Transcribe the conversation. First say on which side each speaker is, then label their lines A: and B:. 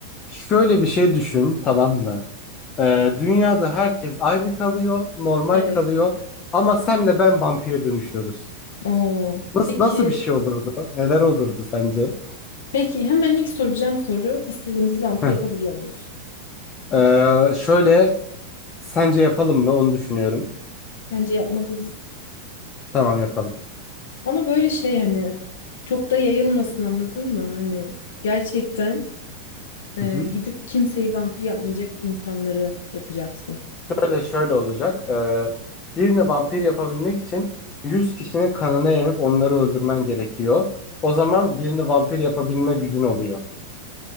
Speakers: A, on the left (about 20°); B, on the left (about 75°).
A: Şöyle bir şey düşün, tamam mı? Ee, dünyada herkes aynı kalıyor, normal
B: Evet.
A: kalıyor ama senle ben vampire dönüşüyoruz.
B: Oo.
A: Nasıl
B: Peki,
A: nasıl bir şey olurdu? Neler olurdu sence?
B: peki hemen ilk soracağım soru istediğimizi vampir
A: Heh.
B: yapabiliyor muyuz?
A: Ee, şöyle sence yapalım mı? Onu düşünüyorum.
B: Bence yapmalıyız.
A: Tamam yapalım.
B: Ama böyle şey hani çok da yayılmasın anladın mı? Hani gerçekten e,
A: Hı hı.
B: gidip kimseyi vampir yapmayacak insanları yapacaksın.
A: Şöyle şöyle olacak. Ee, birini vampir yapabilmek için 100 kişinin kanını emip onları öldürmen gerekiyor. O zaman birini vampir yapabilme gücün oluyor.